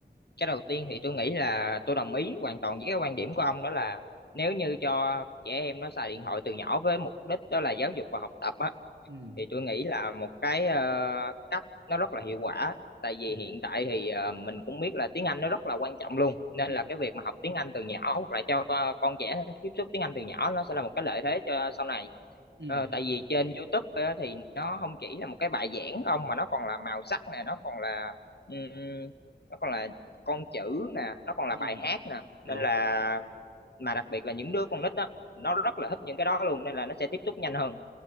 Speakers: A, on the left; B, on the right.
A: cái đầu tiên thì tôi nghĩ là tôi đồng ý hoàn toàn với cái quan điểm của ông đó là nếu như cho trẻ em nó xài điện thoại từ nhỏ với mục đích đó là giáo dục và học tập á
B: ừ
A: thì tôi nghĩ là một cái ờ, cách nó rất là hiệu quả tại vì
B: ừ
A: hiện tại thì ờ, mình cũng biết là tiếng Anh nó rất là quan trọng luôn nên
B: ừ
A: là cái việc mà học tiếng Anh từ nhỏ hoặc là cho con, con trẻ tiếp xúc tiếng Anh từ nhỏ nó sẽ là một cái lợi thế cho sau này
B: ừ
A: Ờ, tại vì trên YouTube á, thì nó không chỉ là một cái bài giảng không mà nó còn là màu sắc nè nó còn là ừm, nó còn là con chữ nè nó còn là
B: ừ.
A: bài hát nè
B: đúng
A: nên là mà đặc biệt là những đứa con nít á nó rất là thích những cái đó luôn nên là nó sẽ tiếp xúc nhanh hơn